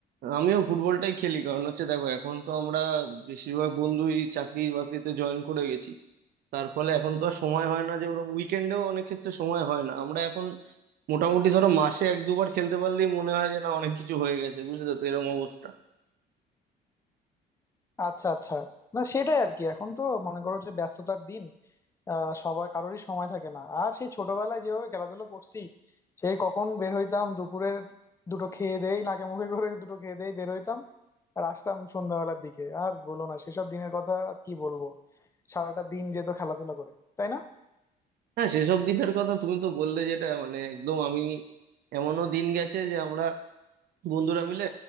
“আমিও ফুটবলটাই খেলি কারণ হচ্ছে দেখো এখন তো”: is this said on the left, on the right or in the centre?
Right